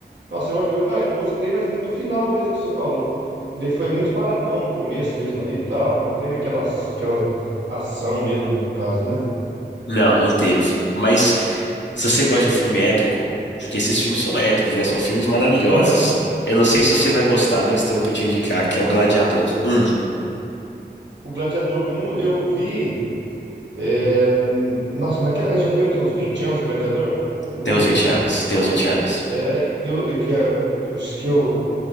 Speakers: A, on the right (about 80°); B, on the left (about 80°).
A: Nossa, eu, acho- eu, ah, eu gostei mais ou menos do final mesmo que você falou. Ele foi muito paradão no começo mesmo ali e tal. Não teve aquelas, aquelas ação mesmo ali no caso, né?
B: Não, não teve. Mas se você gosta de filme épico, porque esses filmes são épicos, né? São filmes maravilhosos.
A: Então é,
B: Eu não sei se você vai gostar, mas tem um pra eu te indicar que é o Gladiador um.
A: o Gladiador um eu vi. é, hum, nossa, naquela. aí Já tem o quê? Uns 20 anos o Gladiador? O 1.
B: Tem uns vinte anos. Tem uns vinte anos.
A: É, e eu, eu, que é- eu, acho que eu.